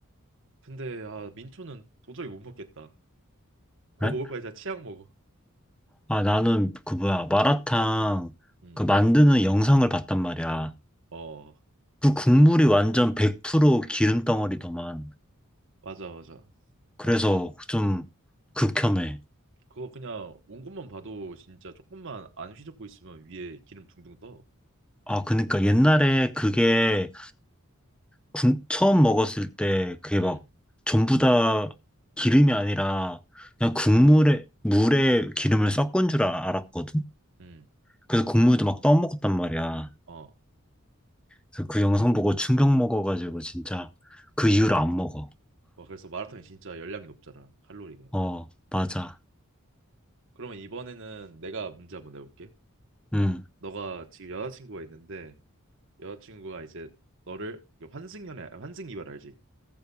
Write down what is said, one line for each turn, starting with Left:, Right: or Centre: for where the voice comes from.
Right: 근데 아 민초는 도저히 못 먹겠다. 그거
Centre: 그래?
Right: 먹을 바에 진짜 치약 먹어.
Centre: 아, 나는 그 뭐야, 마라탕
Right: 음.
Centre: 그 만드는 영상을 봤단 말이야.
Right: 어
Centre: 그 국물이 완전 100% 기름 덩어리더만.
Right: 맞아 맞아.
Centre: 그래서
Right: 완전.
Centre: 좀
Right: 음.
Centre: 극혐해.
Right: 그거 그냥 온 것만 봐도 진짜 조금만 안 휘젓고 있으면 위에 기름 둥둥 떠.
Centre: 아, 그러니까 옛날에 그게 군- 처음 먹었을 때 그게
Right: 음.
Centre: 막 전부 다 기름이 아니라 그냥 국물에, 물에 기름을 섞은 줄 아- 알았거든?
Right: 음.
Centre: 그래서 국물도 막 떠먹었단 말이야.
Right: 어.
Centre: 그래서 그 영상 보고 충격 먹어가지고 진짜 그 이후로 안 먹어.
Right: 와 그래서 마라탕이 진짜 열량이 높잖아 칼로리가.
Centre: 어, 맞아.
Right: 그러면 이번에는 내가 문제 한번 내볼게.
Centre: 음.
Right: 너가 지금 여자친구가 있는데 여자친구가 이제 너를 환승연애 환승 이별 알지?